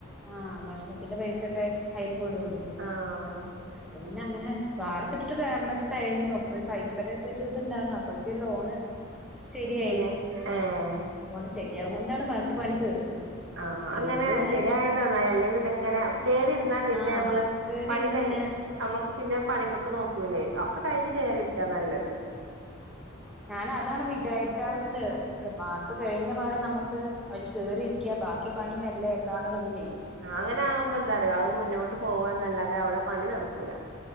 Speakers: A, in the centre; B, on the right.
A: ആഹ് ഭക്ഷണത്തിന്റെ പൈസൊക്കെ അയിലെ പെടുല്ലോ
B: ആഹ്
A: അപ്പൊ പിന്നെ അങ്ങനെ വാർത്തിട്ടിട്ട് കേറണം വെച്ചിട്ടായിരുന്നു അപ്പൊ പൈസയുടെക്കെ ഒരു ഇതിണ്ടാറുന്നു അപ്പ ലോണ് ശരിയായി
B: ശരിയാ ഏഹ്
A: മോളെ ശരിയാവുണ്ടാണ് ബാക്കി പണി തീർത്ത്
B: ആഹ്
A: ഇല്ലെങ്കിൽ
B: അങ്ങനെ ശെരിയായോണ്ടന്നായി അല്ല പിന്നെ ഇങ്ങനെ കേറിരുന്നാൽ പിന്നെ
A: ആഹ്
B: നമ്മള്
A: കേറിയിരുന്ന്
B: പണി കൈ
A: പിന്നെ
B: നമ്മുക്ക് പിന്നെ പണിമക്ക് നോക്കൂല്ലേ ഒക്കെ കഴിഞ്ഞ് കേറിയിരിക്കാ നല്ലത്
A: ഞാനതാണ് വിചാരിച്ചാർന്നത് വാർപ്പ് കഴിഞ്ഞ പാടെ നമുക്ക് <unintelligible> കേറിരിക്കുക ബാക്കി പണി മെല്ലേക്കാന്നുള്ളതിലേ
B: ആ അങ്ങന ആകുമ്പോ എന്താറയ അത് മുന്നോട്ട് പോവാന്നല്ലാതെ അവിടെ പണി നടക്കൂല